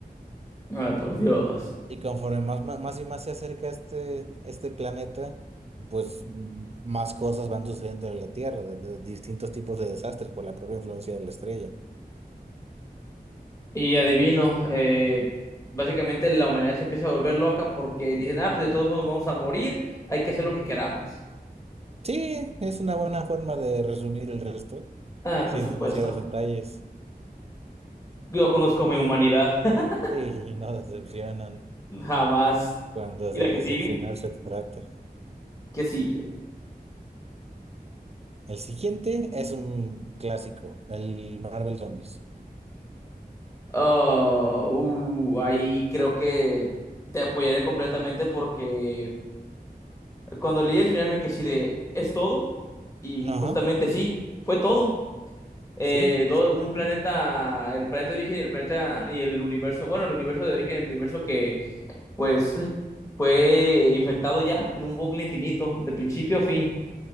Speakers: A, on the left (about 20°); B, on the right (about 40°).
A: Ay, por Dios.
B: Y conforme más, más, más y más se acerca este, este planeta, pues m- más cosas van sucediendo en la Tierra, de, de distintos tipos de desastres por la propia influencia de la estrella.
A: Y adivino, eh, básicamente la humanidad se empieza a volver loca porque dicen, ah, pues de todos modos vamos a morir, hay que hacer lo que queramos.
B: Sí, es una buena forma de resumir el resto,
A: Ah,
B: sin
A: por supuesto.
B: demasiados detalles.
A: Yo conozco mi humanidad, <laughs>
B: Sí, <laughs> no decepcionan
A: jamás.
B: cuando
A: ¿Y
B: de
A: la que
B: decepcionar
A: sigue?
B: se trata.
A: ¿Qué sigue?
B: El siguiente es un clásico, el Marvel Zombies.
A: Oh, uh, ahí creo que te apoyaré completamente porque cuando leí el final me quedé así de, ¿es todo? Y
B: Ajá,
A: justamente sí, fue todo. eh,
B: sí,
A: do-
B: exactamente.
A: un planeta, el planeta de origen y el planeta y el universo, bueno, el universo de origen, el universo que pues <laughs> fue infectado ya en un bucle infinito, de principio a fin,